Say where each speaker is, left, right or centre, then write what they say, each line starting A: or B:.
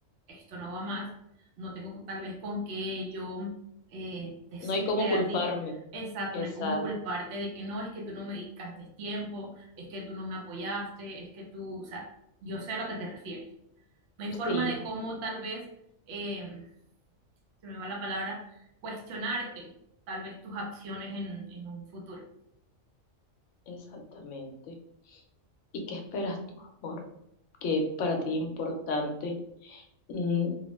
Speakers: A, on the right; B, on the left.
A: esto no va más, no tengo tal vez con qué yo eh, decirte
B: no hay cómo culparme.
A: a ti. Exacto,
B: Exacto,
A: no hay como culparte de que no, es que tú no me dedicaste tiempo, es que tú no me apoyaste, es que tú, o sea, yo sé a lo que te refieres. No hay forma
B: sí,
A: de cómo tal vez, eh, se me va la palabra, cuestionarte tal vez tus acciones en, en un futuro.
B: Exactamente. ¿Y qué esperas tú, amor? ¿Qué para ti es importante? Mm,